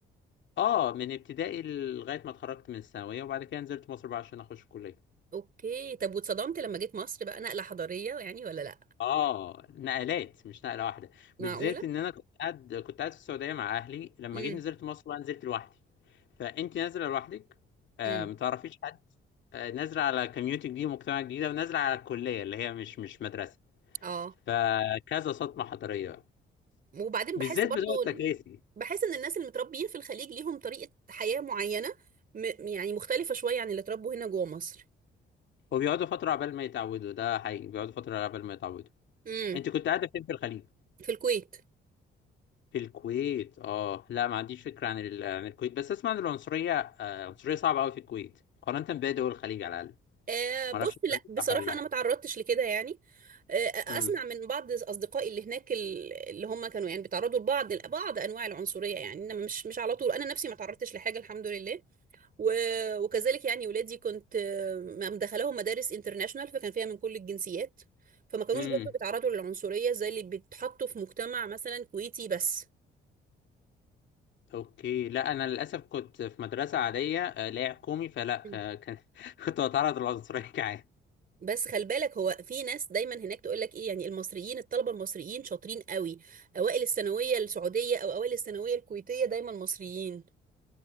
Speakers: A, on the left (about 65°); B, on the right (about 45°).
A: اه من ابتدائي لغايه ما اتخرجت من الثانويه وبعد كده نزلت مصر بقى عشان اخش الكليه
B: اوكي طب واتصدمت لما جيت مصر بقى نقلة حضارية يعني ولا لا
A: اه نقلات مش نقله واحده
B: معقولة
A: بالذات ان انا كنت قاعد كنت قاعد في السعوديه مع اهلي لما
B: امم
A: جيت نزلت مصر بقى نزلت لوحدي فانت نازله لوحدك آه
B: امم
A: ما تعرفيش حد آه نازله على كميونتي جديد ومجتمع جديد ونازله على الكليه اللي هي مش مش مدرسه
B: اه
A: فكذا صدمه حضاريه بقى.
B: وبعدين
A: بالذات
B: بحس برضو
A: بتوع التكاسي
B: إن- بحس ان الناس اللي متربيين في الخليج ليهم طريقة حياة معينة م... يعني مختلفة شوية عن اللي اتربوا هنا جوه مصر
A: وبيقعدوا فتره عبال ما يتعودوا ده حقيقي بيقعدوا فتره عبال ما يتعودوا
B: امم
A: انت كنت قاعده فين في الخليج
B: في الكويت
A: في الكويت اه لا ما عنديش فكرة عن ال- عن الكويت بس اسمع ان العنصرية آه، عنصرية صعبة قوي في الكويت مقارنة بباقي دول الخليج على الاقل
B: آه بص
A: ما اعرفش الكلام
B: لا
A: ده
B: بصراحة
A: صح ولا لا
B: أنا ما تعرضتش لكده يعني آه
A: امم
B: أسمع من بعض أصدقائي اللي هناك ال- اللي هم كانوا يعني بيتعرضوا لبعض بعض أنواع العنصرية يعني إنما مش مش على طول أنا نفسي ما تعرضتش لحاجة الحمد لله و- وكذلك يعني ولادي كنت آه، مدخلاهم مدارس انترناشونال فكان فيها من كل الجنسيات فما كانوش
A: امم
B: برضو بيتعرضوا للعنصرية زي اللي بيتحطوا في مجتمع مثلا كويتي بس
A: اوكي لا انا للاسف كنت في مدرسة عادية آه، لا هي حكومي فلا
B: مم.
A: ك... ك... <laughs> كنت بتعرض للعنصرية <laughs> كعادي
B: بس خلي بالك هو في ناس دايما هناك تقول لك ايه يعني المصريين الطلبه المصريين شاطرين قوي اوائل الثانويه السعوديه او اوائل الثانويه الكويتيه دايما مصريين